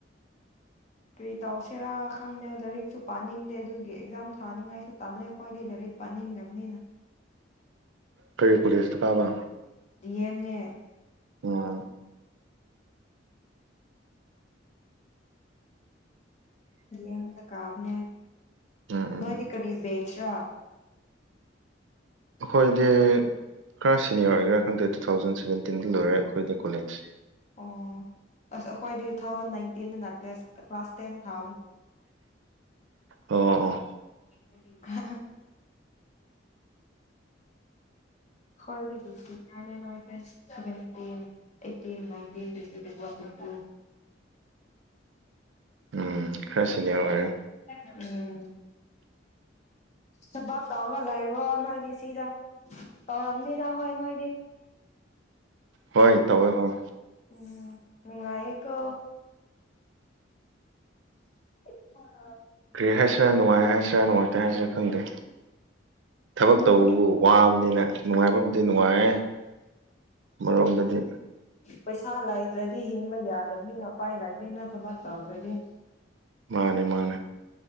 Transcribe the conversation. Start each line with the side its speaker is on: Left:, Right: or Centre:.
Left: ꯀꯔꯤ ꯇꯧꯁꯤꯦꯔꯥ ꯈꯪꯗꯦ ꯂꯥꯏꯔꯤꯛꯁꯨ ꯄꯥꯅꯤꯡꯗꯦ ꯑꯗꯨꯒꯤ ꯑꯦꯛꯖꯥꯝ ꯊꯥꯅꯤꯡꯉꯥꯏꯁꯨ ꯇꯜꯂꯦ ꯑꯩꯈꯣꯏꯗꯤ ꯂꯥꯏꯔꯤꯛ ꯄꯥꯅꯤꯡꯗꯕꯅꯤꯅ
Right: ꯇꯔꯤ ꯀꯁ ꯀꯥꯕ
Left: ꯗꯤꯑꯦꯝꯦ
Right: ꯑꯥ
Left: ꯌꯦ ꯃ ꯀꯥꯞ ꯂ
Right: ꯎꯝ ꯎꯝ
Left: ꯅꯣꯏꯣꯏꯗꯤ ꯀꯔꯤ ꯕꯦꯆ꯭ꯔꯥ <unintelligible>
Right: ꯑꯩꯈꯣꯏꯗꯤ ꯈꯔ ꯁꯤꯅꯤꯌꯔ ꯑꯣꯏꯒꯦꯔꯥ ꯈꯪꯗꯦ ꯇꯨ ꯊꯥꯎꯖꯟ ꯁꯚꯦꯟꯇ ꯇꯤꯟ ꯂꯔ ꯍꯣꯏꯗꯦ ꯀꯣꯂꯦꯖ
Left: ꯑꯣ ꯑꯁ ꯑꯩꯈꯣꯏꯗꯤ ꯇꯨ ꯊꯥꯎꯖꯟ ꯅꯥꯏꯇꯤꯟ ꯀ꯭ꯂ ꯀ꯭ꯂꯥꯁ ꯇ ꯊ
Right: ꯑꯣ ꯑꯣ
Left: <unintelligible> ꯈꯣꯏꯗꯒꯤ ꯁꯤꯅ꯭ꯌꯔꯅꯦ ꯅꯣꯏꯁꯦ seventeen eighteen ꯅꯥꯏꯟꯇꯤꯅ twenty twenty one twenty two
Right: ꯎꯝ ꯈꯔ ꯁꯤꯅ꯭ꯌꯔ ꯑꯣꯏꯔꯦ
Left: ꯎꯝ ꯊꯕꯥꯛ ꯇꯧꯔꯒ ꯂꯩꯕ꯭ꯔꯣ ꯅꯣꯏꯗꯤ ꯁꯤꯗ ꯇꯧꯔꯝꯅꯤꯗ ꯍꯣꯏ ꯅꯣꯏꯗꯤ
Right: ꯍꯣꯏ ꯇꯧꯋꯦ ꯍꯣꯏ
Left: ꯎꯝ ꯃꯉ ꯑꯩꯀ <unintelligible>
Right: ꯀꯔꯤ ꯍꯥꯏꯁꯤꯔꯥ ꯅꯨꯡꯉꯥꯏ ꯍꯥꯏꯁꯤꯔꯥ ꯅꯨꯡꯉꯥꯏꯇꯦ ꯍꯥꯏꯁꯤꯔꯥ ꯈꯪꯗꯦ ꯊꯕꯛ
Left: ꯎꯝ
Right: ꯇꯧꯕꯕꯨ ꯋꯥꯕꯅꯤꯅ ꯅꯨꯡꯉꯥꯏꯕꯕꯨꯗꯤ ꯅꯨꯡꯉꯥꯏꯑꯦ ꯑꯃꯔꯣꯝꯗꯗꯤ
Left: ꯄꯩꯁꯥ ꯂꯩꯥꯗ꯭ꯔꯗꯤ ꯍꯤꯡꯕ ꯌꯥꯗꯕꯅꯤꯅ ꯎꯄꯥꯏ ꯂꯩꯕꯅꯤꯅ ꯊꯕꯥꯛ ꯇꯧꯗ꯭ꯔꯗꯤ
Right: ꯃꯥꯟꯅꯦ ꯃꯥꯟꯅꯦ